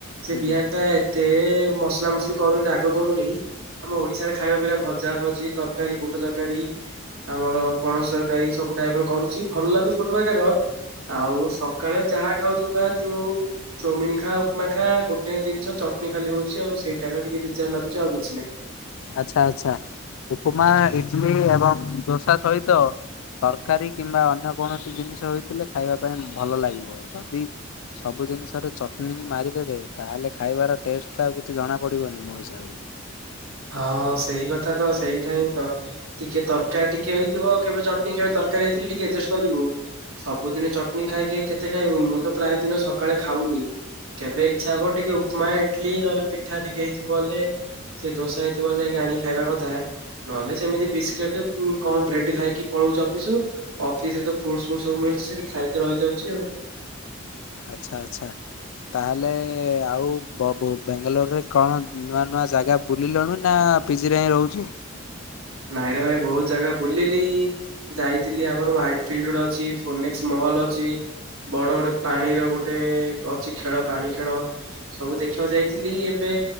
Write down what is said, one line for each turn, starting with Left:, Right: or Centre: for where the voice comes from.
Right: ସେ
Left: ହୁଁ
Right: ବିହାରୀଟା
Left: ହୁଁ।
Right: ଏତେ ମସଲା ମସଲି କରୁନି ରାଗ କରୁନି। ଆମ ଓଡିଶାରେ ଖାଇବା ଭଳିଆ ଭଜା ଭଜି ତରକାରୀ ବୁଟ ତରକାରୀ ଆମର ପଣସ ତରକାରୀ ସବୁ ଟାଇପର କରୁଛି ଭଲ ଲାଗୁଛି ଗୋଟେ ପାଗର ଆଉ ସକାଳେ ଯାହା ଖାଉଛୁ ଖା, ତୁ ଚଉମିନି ଖା, ଉପମା ଖା, ଗୋଟେ ଜିନଷ ଚଟନି ଖାଲି ହଉଛି, ଆଉ ସେଇଟା ଟିକେ ବିଜାର ଲାଗୁଛି, ଆଉ କିଛି ନାହିଁ।
Left: ଆଚ୍ଛା! ଆଚ୍ଛା! ଉପମା, ଇଟଲି ଏବଂ ଦୋସା ସହିତ ତରକାରୀ କିମ୍ବା ଅନ୍ୟ କୌଣସି ଜିନିଷ ହୋଇଥିଲେ ଖାଇବା ପାଇଁ ଭଲ ଲାଗିବ। ଯଦି ସବୁ ଜିନଷରେ ଚଟନୀ ମାରିଦେବେ ତାହେଲେ ଖାଇବାର ଟେଷ୍ଟ ତ ଆଉ କିଛି ଜଣା ପଡିବନି, ମୋ ହିସାବରେ।
Right: ହଁ ସେଇ କଥା ତ, ସେଇଟା ହିଁ ତ। ଟିକେ ତରକାର ଟିକେ ହେଇଥିବ କେବେ ଚଟଣିୀ କେବେ ତରକାରୀ ହେଇଥିଲେ ଟିକେ ଆଡଜଷ୍ଟ କରିବୁ ସବୁଦିନ ଚଟଣୀ ଖାଇକି କେତେ ଖାଇବ ମୁଁ ତ ପ୍ରାୟ ଦିନ ସକାଳେ ଖାଉନି କେବେ ଇଚ୍ଛା ହବ ଟିକେ ଉପମା ଇଡଲି ନହେଲେ ପିଠା ଟିକେ ହେଇଥିବ ବଲେ ସେ ଦୋସା ଏଇ ଥିଵ ବଳେ ଯାଇକି ଆଣି ଖାଇବା କଥା। ନହେଲେ ସେମିତି ବିସ୍କିଟ୍ କଣ ବ୍ରେଡ୍ ଖାଇକି ପଳଉଛି ଅଫିସୁ ଅଫିସରେ୍ ତ ଫ୍ରୁଟ୍ସ ଫ୍ରୁଟ୍ସ ସବୁ ମିଳୁଛି। ସେଠି ଖାଇକି ରହିଯାଉଛି ଆଉ
Left: ଆଚ୍ଛା ଆଚ୍ଛା। ତାହେଲେ ଆଉ ବ ବାଙ୍ଗାଲୋରରେ କଣ ନୂଆ ନୂଆ ଜାଗା ବୁଲିଲଣିୁ ନା ପିଜିରେ ହିଁ ରହୁଛି
Right: ନାଇଁରେ ଭାଇ ବହୁତ ଜାଗା ବୁଲିଲି ଯାଇଥିଲି ଆମର ୱାଇଟ୍ ଫିଲ୍ଡ୍ ଗୋଟେ ଅଛି, ଫୋନେକ୍ସ ମଲ୍ ଅଛି। ବଡ ଗଡେ ପାଣିର ଗୋଟେ ଅଛି ଖେଳ ପାଣି ଖେଳ ସବୁ ଦେଖିବାକୁ ଯାଇଥିଲି ଏବେ